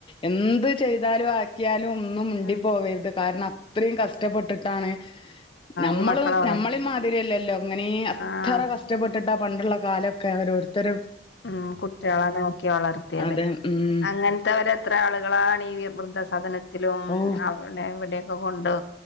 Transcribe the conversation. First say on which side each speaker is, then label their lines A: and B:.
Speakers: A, on the left; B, on the left.
A: എന്ത് ചെയ്താലും ആക്കിയാലും ഒന്നും മിണ്ടി
B: ആഹ്
A: പോവരുത് കാരണം അ ത്രിം കസ്ടപ്പെട്ടിട്ടാണ് നമ്മള്
B: ഈ മക്കളെ വളർ
A: നമ്മളിം മാതിരിയല്ല ഇങ്ങനീ അത്ര
B: ആഹ്
A: കഷ്ടപ്പെട്ടിട്ടാ പണ്ടുള്ള കാലൊക്കെ ഒരോരുത്തരും
B: ഉം കുട്ട്യാളെ നോക്കി വളർത്തിയത്.
A: അതെ ഉം
B: അങ്ങൻത്തെവരെത്ര ആള് കളാണ് ഈ വിർ ദ്ധ സദനത്തിലും
A: ഔ
B: അവ്ടിം ഇവട്യെക്കൊ കൊണ്ടു